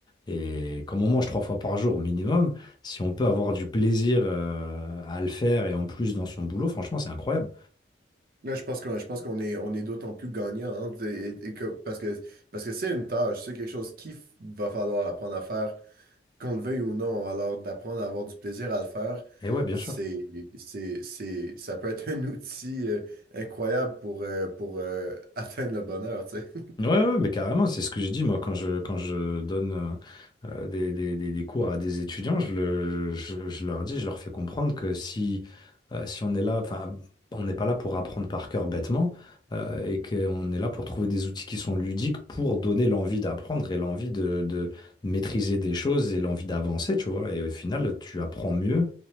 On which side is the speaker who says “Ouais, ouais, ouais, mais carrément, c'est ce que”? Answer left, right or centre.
Left